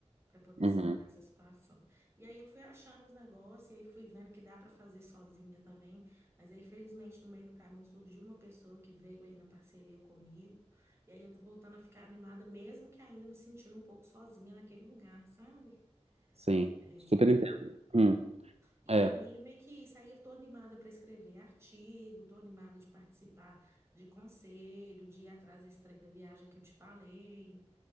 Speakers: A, on the right (about 25°); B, on the right (about 65°).
A: para poder
B: uhum,
A: sanar essa situação? E aí eu fui achando os negócios, e aí fui vendo que dá para fazer sozinha também, mas aí felizmente no meio do caminho surgiu uma pessoa que veio aí na parceria comigo, e aí eu tô voltando a ficar animada, mesmo que ainda me sentindo um pouco sozinha naquele lugar, sabe?
B: sim,
A: É,
B: super entendo. Hum,
A: e
B: é,
A: aí é meio que isso. Aí eu tô animada para escrever artigo, tô animada de participar de conselho, de ir atrás desse trem da viagem que eu te falei.